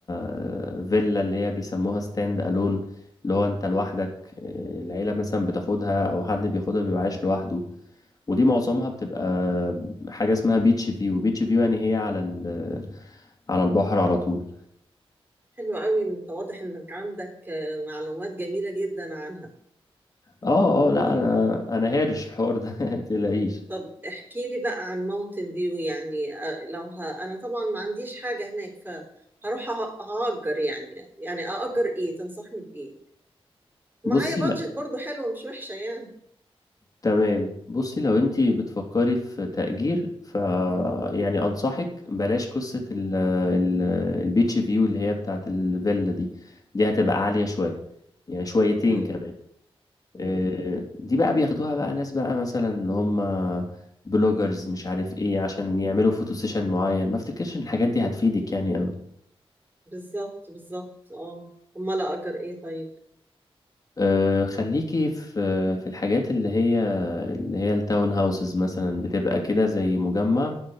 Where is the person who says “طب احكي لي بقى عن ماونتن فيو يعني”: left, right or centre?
Right